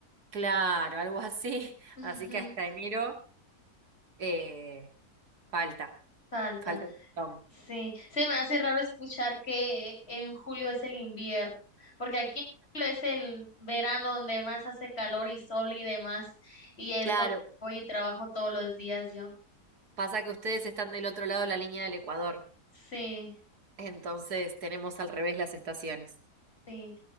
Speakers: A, on the right; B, on the left.
A: claro, algo así.
B: <laughs>
A: <laughs>
B: Ujú,
A: Así que hasta enero eh, falta,
B: Salta.
A: falta un montón.
B: Sí, se me hace raro escuchar que en julio es el invierno, porque aquí en julio es el verano donde más hace calor y sol y demás, y es
A: Claro,
B: cuando voy y trabajo todos los días yo.
A: pasa que ustedes están del otro lado de la línea del Ecuador,
B: Sí,
A: entonces tenemos al revés las estaciones.
B: sí.